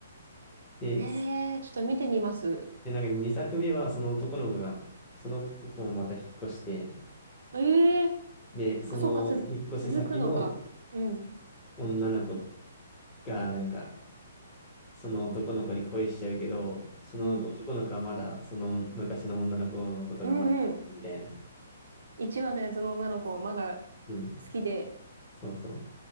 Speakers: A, on the left; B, on the right.
A: で、
B: ええちょっと見てみます。
A: で、なんか2作目はその男の子が、その子もまた引っ越して、
B: ええ
A: で、その引っ越し先の
B: あ、そうか、つ、続くのか。うん、
A: 女の子がなんか、その男の子に恋しちゃうけど、その男の子はまだ、
B: うん、
A: その昔の女の子のことがまだ好きみたいな。
B: うん、うん。1話のやつの女の子、まだ
A: うん。
B: 好きで。
A: そうそう。